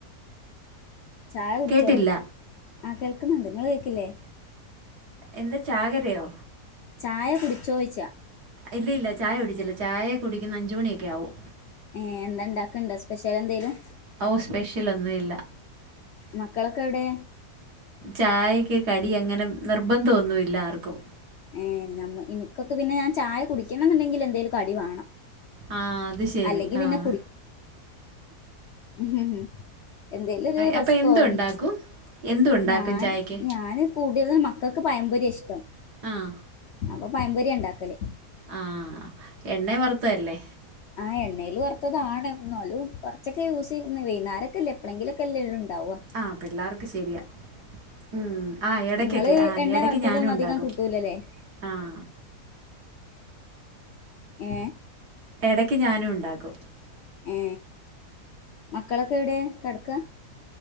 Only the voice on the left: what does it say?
ചായ കുടിച്ചോ
ആഹ് കേൾക്കുന്നുണ്ട് നിങ്ങള് കേക്കില്ലേ
ചായ കുടിച്ചോയിച്ചയാ
ഏഹ് എന്താ ണ്ടാക്കണ്ടോ സ്പെഷ്യൽ എന്തേലും
മക്കളൊക്കെ എവിടെ
ഏ ഞമ്മ എനിക്കൊക്കെ പിന്നെ ഞാൻ ചായ കുടിക്കണംന്ന്ണ്ടെങ്കിൽ എന്തേലും കടി വേണം
അല്ലെങ്കി പിന്നെ
ഹ ഹ എന്തേലൊര് റെസ്കൊ
മിച്ച്
ഞാൻ
ഞാന് കൂടിയത് മക്കൾക്ക് പയംമ്പൊര്യ ഇഷ്ടം
അപ്പൊ പയമ്പൊര്യ ണ്ടാക്കല്
ആ എണ്ണൽറത്തതാണ് എന്നാലും കുറച്ചൊക്കെ യൂസ് ചെയ്യുന്ന വൈന്നരക്കല്ല എപ്പളെങ്കിലോക്കെല്ലെ ഉള്ളൂണ്ടാവ
ഇങ്ങള്
എണ്ണ
വറുത്തതൊന്നും
അധികം കൂട്ടൂലല്ലേ
ഏ
ഏ മക്കളൊക്കെ എവിടെ കെടക്ക